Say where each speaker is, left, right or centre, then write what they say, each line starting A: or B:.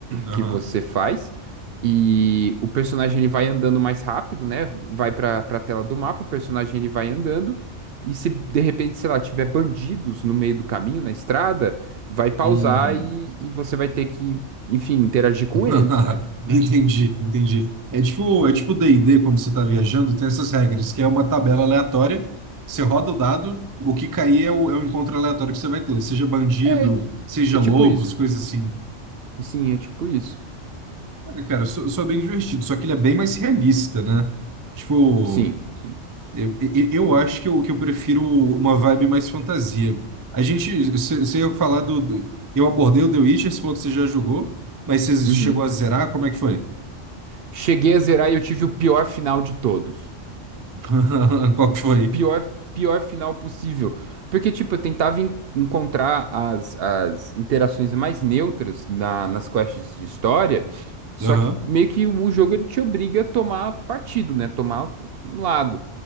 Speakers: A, on the right; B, on the right.
A: Aham.
B: que você faz e o personagem ele vai andando mais rápido, né? Vai para para tela do mapa, o personagem ele vai andando e se de repente, sei lá, tiver bandidos no meio do caminho, na estrada, vai pausar
A: Hum.
B: e, e você vai ter que, enfim, interagir com
A: <laughs>
B: eles, né?
A: Entendi, entendi. É tipo, é tipo D&D, quando você está viajando, tem essas regras, que é uma tabela aleatória, você roda o dado, o que cair é o, é o encontro aleatório que você vai ter, seja bandido,
B: É, é ti-
A: seja
B: é
A: lobos,
B: tipo isso.
A: coisa assim.
B: Sim, é tipo isso.
A: Cara, cara, sou, sou bem divertido, só que ele é bem mais realista, né? Tipo,
B: Sim, sim.
A: eu, eu, eu acho que eu, que eu prefiro uma vibe mais fantasia. A gente, você ia falar do, do- Eu abordei o The Witcher, você falou que você já jogou, mas você
B: Uhum.
A: chegou a zerar, como é que foi?
B: Cheguei a zerar e eu tive o pior final de todos.
A: <laughs> Qual que foi?
B: O Pior, pior final possível. Porque, tipo, eu tentava en- encontrar as, as interações mais neutras na- nas quests de história, só
A: Aham,
B: que meio que o jogo ele te obriga a tomar partido, né? Tomar um lado.